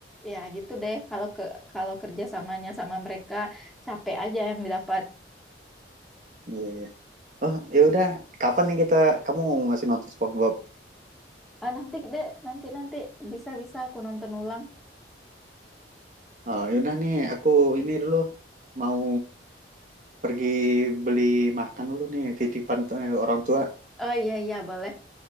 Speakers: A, in the centre; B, on the right.
A: ya gitu deh kalau ke kalau kerja samanya sama mereka capek aja yang didapat.
B: Iya, iya. Oh, ya udah. Kapan nih kita kamu masih nonton SpongeBob?
A: Ah, nanti deh, nanti nanti bisa bisa aku nonton ulang.
B: Oh, ya udah nih, aku ini dulu mau pergi beli makan dulu nih titipan eh, orang tua.
A: Oh iya iya boleh